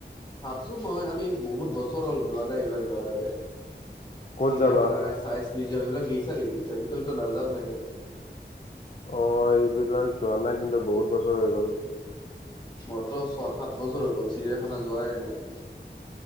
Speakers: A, on the left; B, on the left.
A: ভাবছো মই আমি বহুত বছৰ হ'ল যোৱা নাই এইবিলাক জাগালে।
B: ক'ত
A: চিৰিয়াখানা,
B: যাবা
A: চাইজ মিজিয়াম এইবিলাক গেইছা নেকি? তুমিত নাযাও চাগে।
B: অঁ এইবিলাক যোৱা নাই কিন্তু বহুত বছৰ হৈ গ'ল।
A: মোৰট ছয় সাত বছৰ হৈ গ'ল চিৰিয়াখানা যোৱাই নাই।